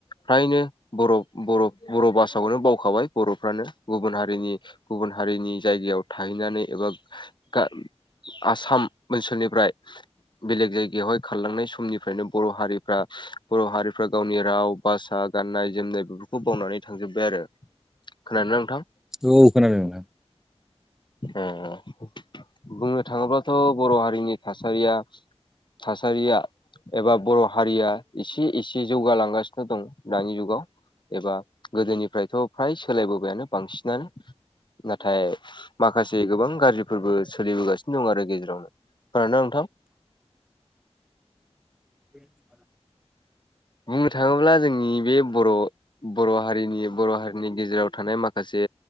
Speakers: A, on the left; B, in the centre.
A: फ्रायनो बर'-बर'-बर' भासाखौनो बावखाबाय बर'फ्रानो गुबुन हारिनि गुबुन हारिनि जायगायाव थाहैनानै एबा गा आसाम ओनसोलनिफ्राय बेलेग जायगायावहाय खारलांनाय समनिफ्रायनो बर' हारिफ्रा बर' हारिफ्रा गावनि राव भासा गाननाय जोमनाय बेफोरखौ बावनानै थांजोब्बाय आरो। खोनादोंना नोंथां
B: औ खोनादों नोंथां
A: अम अम बुंनो थाङोब्लाथ' बर' हारिनि थासारिया थासारिया एबा बर' हारिया एसे एसे जौगालांगासिनो दं दानि जुगाव एबा गोदोनिफ्रायथ' फ्राय सोलायबोबायानो बांसिनानो नाथाय माखासे गोबां गाज्रिफोरबो सोलिबोगासिनो दं आरो गेजेरावनो खोना नोंथां
B: <inaudible>
A: बुंनो थाङोब्ला जोंनि बे बर' बर' हारिनि बर' हा नि गेजेराव थानाय माखासे